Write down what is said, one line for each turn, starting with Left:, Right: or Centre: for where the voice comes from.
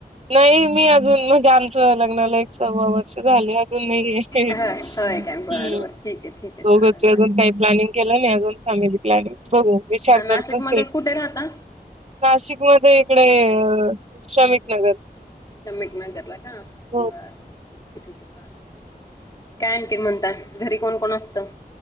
Right: नाही मी अजून म्हणजे आमचं लग्नाला एक सव्वा वर्ष झाली अजून नाहीये हम्
Left: होय होय काय बरं बरं ठीक आहे ठीक आहे
Right: दोघच
Left: चालेल
Right: ये
Left: चालेल
Right: अजून काही प्लॅनिंग केलं नाही अजून फॅमिली प्लॅनिंग बघू विचार
Left: नाशिकमध्ये
Right: करतच ये
Left: कुठे राहता
Right: नाशिक मध्ये इकडे श्रमिक नगर
Left: शमिक नगरला का बरं
Right: हो
Left: बरं ठीक आहे ठीक आहे चालेल चाल काय आणखी म्हणतात घरी कोण कोण असतं